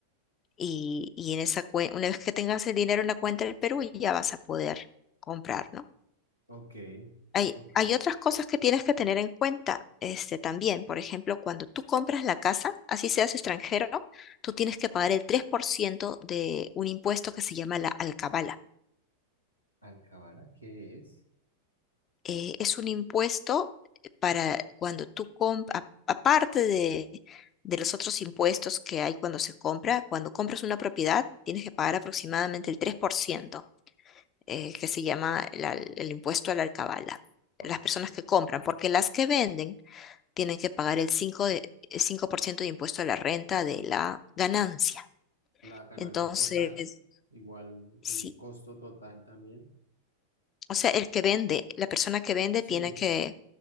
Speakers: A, on the left (about 30°); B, on the left (about 85°).
A: Y, y en esa cuen- una vez que tengas el dinero en la cuenta del Perú, ya vas a poder comprar, ¿no?
B: Ok,
A: Hay,
B: ok.
A: hay otras cosas que tienes que tener en cuenta, este, también. Por ejemplo, cuando tú compras la casa, así seas extranjero, tú tienes que pagar el 3% de un impuesto que se llama la alcabala.
B: ¿Alcabala qué es?
A: eh, es un impuesto para cuando tú compras, aparte de, de los otros impuestos que hay cuando se compra, cuando compras una propiedad tienes que pagar aproximadamente el 3%, eh, que se llama la- el impuesto a la alcabala,
B: Ok.
A: las personas que compran, porque las que venden tienen que pagar el cinco de, el 5% de impuesto a la renta de la ganancia.
B: La ganancia
A: Entonces,
B: total, igual
A: sí.
B: el costo total también.
A: O sea, el que vende, la persona que vende
B: Sí,
A: tiene que,